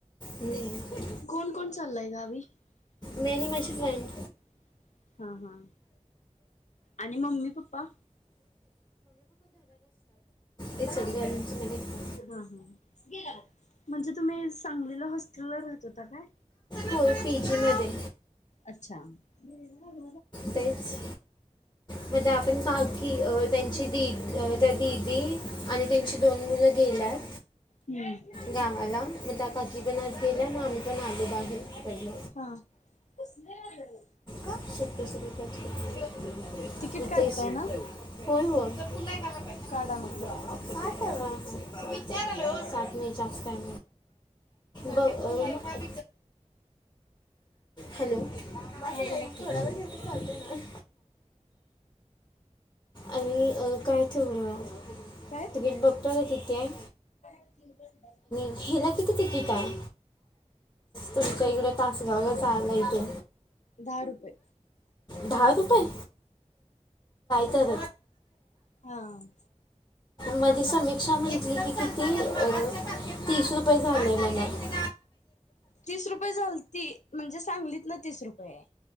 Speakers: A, on the left (about 30°); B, on the left (about 80°).
A: नाही
B: कोण कोण चाललय गावी? <unintelligible>
A: मी आणि माझी फ्रेंड
B: हा हा. आणि मम्मी पप्पा
A: हे सगळ <unintelligible>
B: हा हा म्हणजे तुम्ही सांगलीला हॉस्टेलला राहत होता काय?
A: होय पी जी मध्ये.
B: अच्छा. <unintelligible>
A: तेच म्हणजे आपण <unintelligible> की त्यांची दि अह त्या दिदी आणि त्यांची दोन मुलं गेल्यात
B: हम्म.
A: गावाला मग त्या काकी पण आज गेल्या मग आम्ही पण आलो बाहेर <unintelligible>
B: हां <unintelligible>
A: का <unintelligible>
B: तिकीट
A: इथेस
B: काढताय ना?
A: होय होय <unintelligible>
B: काढा मग लवकर.
A: हा ठेवा विचारालो ओ सात मी जास्त आहे. बघ अह हॅलो <unintelligible>
B: हा बोला की.
A: थोडा वेळ घेत चालत आणि अ काय तेवढ
B: काय?
A: तिकिट बघतोय काय किती आहे?
B: <unintelligible>
A: हिला किती तिकिट हाय तुमच्या इकडे तासगावला? चाललाय त्यो.
B: दहा रुपये.
A: दहा रुपये. तर
B: हां.
A: मधी समीक्षा म्हटली की किती अह तीस रुपय झालय मनं
B: तीस रुपये झालती,, म्हणजे सांगलीत नं तीस रुपय य.